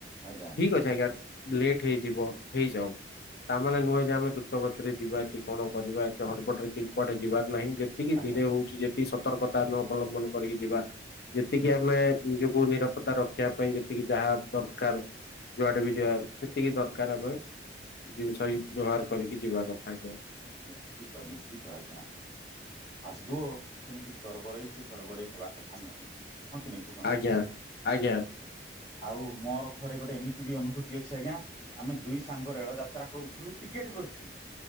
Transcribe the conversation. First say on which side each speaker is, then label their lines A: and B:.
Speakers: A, on the left; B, on the left.
A: ଆଜ୍ଞା
B: ଠିକ ଅଛ ଆଜ୍ଞା ଲେଟ୍ ହେଇଯିବ ହେଇଯାଉ ତାମାନେ ନୁହେଁ ଆମେ ଦ୍ରୁତ ଗଛରେ ଯିବା କି କଣ କରିବା ଏତେ ହଟପଟରେ କି କୁଆଡେ ଯିବା ନାହିଁ ଯେତିକି
A: ଆଜ୍ଞା
B: ଧୀରେ ହଉଛି ଯେତିକି ସ ସତର୍କତା ଆମେ ଅବଲମ୍ବନ କରିକି ଯିବା ଯେତିକି ଆମେ ନିଜକୁ ନିର। ତା ରଖିବା ପାଇଁ ଯେତିକି ଯାହା ଦରକାର ଯୁଡେ ବି ଯିବା ସେତିକି ଦରକାର ଆମେ ଜିନିଷ ବ୍ୟବହାର କରିକି ଯିବା କଥା ଆଜ୍ଞା।
A: ନିଶ୍ଚିତ ନିଶ୍ଚିତ ଆଜ୍ଞା। ଆଦୌଅ ସେମିତି ତରବରାଇକି। ଘଡ଼ଘଡେଇ ହେବା କଥା ନୁହେଁ ହଁ କି ନାଇଁ କୁହନ୍ତୁ?
B: ଆଜ୍ଞା ଆଜ୍ଞା।
A: ଆଉ ମୋର ଥରେ ଗୋଟେ ଏମିତି ବି ଅନୁଭୂତି ଅଛି ଆଜ୍ଞା ଆମେ ଦୁଇ ସାଙ୍ଗ ରେଳ ଯାତ୍ରା କରୁଥିଲୁ ଟିକେଟ କରିଥିଲୁ।